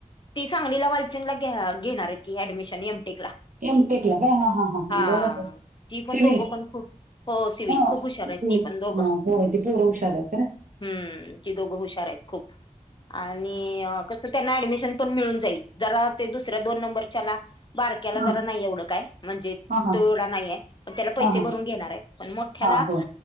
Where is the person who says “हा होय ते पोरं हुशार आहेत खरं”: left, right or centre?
Right